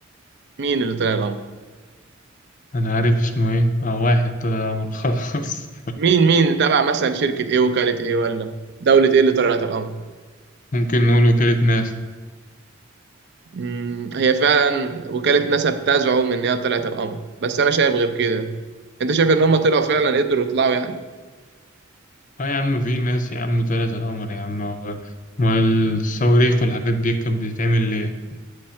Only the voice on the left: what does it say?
أنا عارف اسمه إيه آه واحد طلع القمر خلاص
<laughs> ممكن نقول وكالة ناسا
اه يا عم في ناس يا عم طلعت على القمر يا عم و- والصواريخ والحاجات دي كانت بتتعمل ليه؟